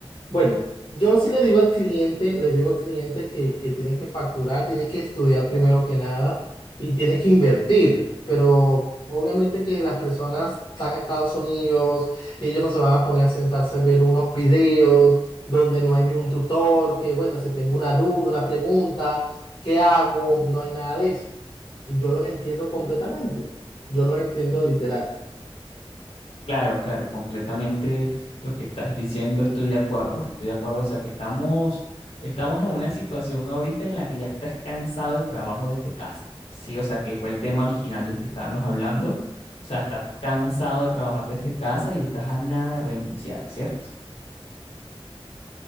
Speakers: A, on the left (about 60°); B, on the left (about 80°).
A: bueno, yo sí le digo al cliente, le digo al cliente que, que tiene que facturar, tiene que estudiar primero que nada y tiene que invertir. Pero obviamente que las personas están en Estados Unidos, ellos no se van a poner a sentarse a ver unos videos donde no hay ni un tutor, que bueno, si tengo una duda, una pregunta, ¿qué hago? No hay nada de eso. Y yo los entiendo completamente. Yo los entiendo literal.
B: Claro, claro, completamente lo que estás diciendo, estoy de acuerdo, estoy de acuerdo. O sea, que estamos, estamos en una situación ahorita en la que ya estás cansado del trabajo desde casa. Sí, o sea, que fue el tema original del que estábamos hablando. O sea, estás cansado de trabajar desde casa y estás a nada de renunciar, ¿cierto?